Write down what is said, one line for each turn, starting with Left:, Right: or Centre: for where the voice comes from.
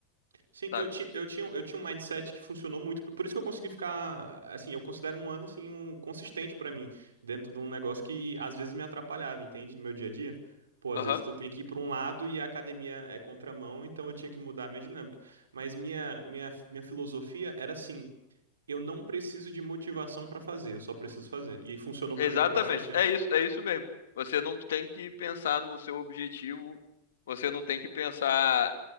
Right: Sim,
Left: sabe?
Right: eu, ti, eu, tinha, um- eu tinha um mindset que funcionou muito. Por por isso que eu consegui ficar, assim, eu considero um ano, assim, um, consistente pra mim, dentro de um negócio que às vezes me atrapalhava, entende? No meu dia a dia. Pô, às
Left: Aham.
Right: vezes tu tem que ir pra um lado e a academia é contramão, então eu tinha que mudar a minha dinâmica. Mas minha, minha, minha filosofia era assim, eu não preciso de motivação pra fazer, eu só preciso fazer. E funcionou pra
Left: Exatamente.
Right: mim por bastante tempo.
Left: É isso, é isso mesmo. Você não tem que pensar no seu objetivo, você não tem que pensar